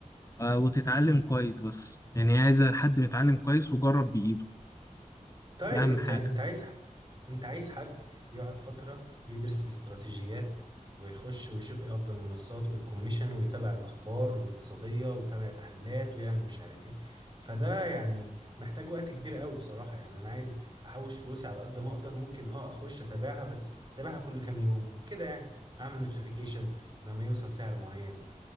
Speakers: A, on the left; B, on the right.
A: آه، وتتعلم كويس بس يعني عايز حد متعلم كويس وجرب بإيده
B: طيب
A: ده اهم
B: انت
A: حاجة
B: انت عايز ح- انت عايز حد يقعد فترة يدرس في استراتيجيات ويخش ويشوف ايه افضل منصات وايه الكوميشن ويتابع الاخبار الاقتصادية ويتابع تحليلات ويعمل مش عارف ايه فده يعني محتاج وقت كبير قوي بصراحة يعني انا عايز احوش فلوسي على قد ما اقدر ممكن اه اخش اتابعها بس اتابعها كل كام يوم كده يعني اعمل نوتيفيكيشن لما يوصل سعر معين